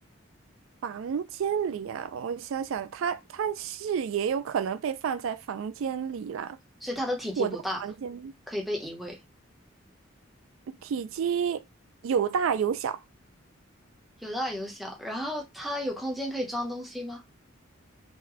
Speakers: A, on the right; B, in the centre.
A: 房间里啊，我想想，它它是也有可能被放在房间里啦。
B: 所以它的体积不大，
A: 我的房间
B: 可以被移位，
A: 体积有大有小，
B: 有大有小。然后它有空间可以装东西吗？